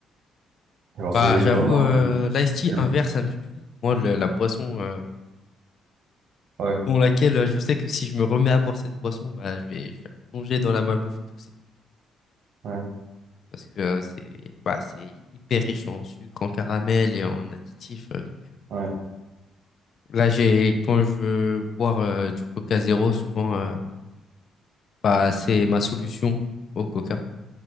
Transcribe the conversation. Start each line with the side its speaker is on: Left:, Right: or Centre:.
Right: Genre,
Left: Bah,
Right: c'est
Left: j'avoue,
Right: vraiment
Left: euh,
Right: euh,
Left: l'ice tea,
Right: le,
Left: un
Right: le-
Left: verre, ça me suffit. Moi, le- la boisson,
Right: Ouais.
Left: dans laquelle euh, je sais que si je me remets à boire cette boisson, bah, je vais, je vais plonger dans la malbouffe et tout. c'est-
Right: ouais,
Left: Parce que euh, c'est bah, c'est hyper riche en sucre, en caramel et en additifs. euh, donc, euh.
Right: ouais, ouais.
Left: là, j'ai, quand je veux boire euh, du Coca zéro, souvent, euh, bah, c'est ma solution au Coca.